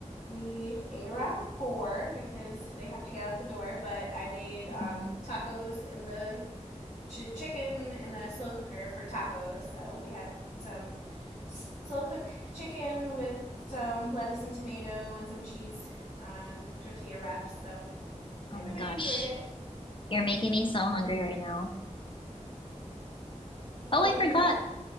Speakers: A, on the left; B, on the left.
A: we ate around four because they have to get out the door. But I made um,
B: Mm.
A: tacos in the ch- chicken in the slow cooker for tacos, so we had some slow cook chicken with some lettuce and tomato and some cheese on tortilla wraps. So
B: Oh
A: everybody
B: my gosh.
A: enjoyed it.
B: You're making me so hungry right now. Oh,
A: What
B: I forgot.
A: do you have?